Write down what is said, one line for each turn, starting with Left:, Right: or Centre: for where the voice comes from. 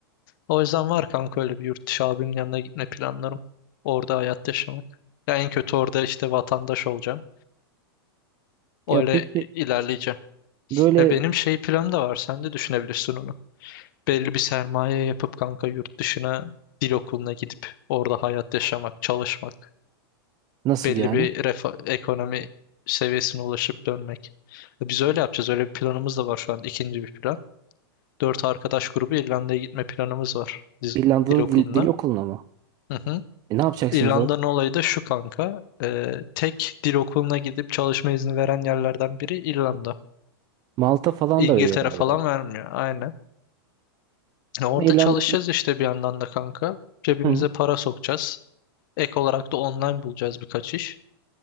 Left: O yüzden var kanka öyle bir yurt dışı abimin yanına gitme planlarım. Orada hayat yaşamak. Ya en kötü orada işte vatandaş olacağım. Öyle
Right: Ya peki
Left: ilerleyeceğim.
Right: böyle
Left: Ve benim şey planım da var. Sen de düşünebilirsin onu. Belli bir sermaye yapıp kanka yurt dışına dil okuluna gidip orada hayat yaşamak, çalışmak.
Right: nasıl
Left: belli
Right: yani?
Left: bir refa- ekonomi seviyesine ulaşıp dönmek. Biz öyle yapacağız. Öyle bir planımız da var şu an. İkinci bir plan. Dört arkadaş grubu İrlanda'ya gitme planımız var. Diz-
Right: İrlanda'da
Left: Dil okuluna.
Right: dil, dil okuluna mı?
Left: Hı hı.
Right: E, ne yapacaksınız
Left: İrlanda'nın
Right: orada?
Left: olayı da şu kanka. Ee, tek dil okuluna gidip çalışma izni veren yerlerden biri İrlanda.
Right: Malta falan
Left: İngiltere
Right: da veriyor galiba.
Left: falan vermiyor. Aynen. Ya Orada
Right: Ama İrlanda'ya
Left: çalışacağız işte bir yandan da kanka. Cebimize
Right: Hı.
Left: para sokacağız. Ek olarak da online bulacağız birkaç iş.